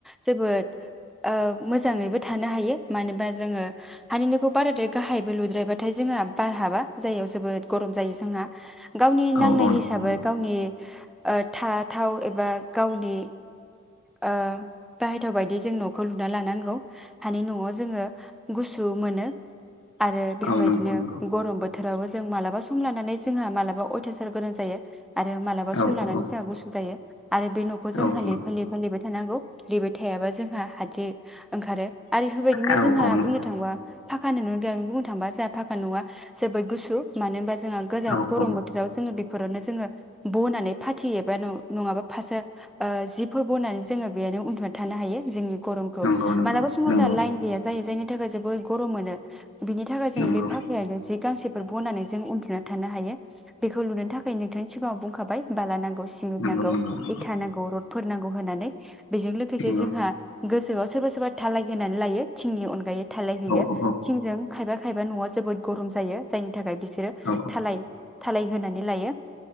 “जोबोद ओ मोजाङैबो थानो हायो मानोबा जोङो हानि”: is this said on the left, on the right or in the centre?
Centre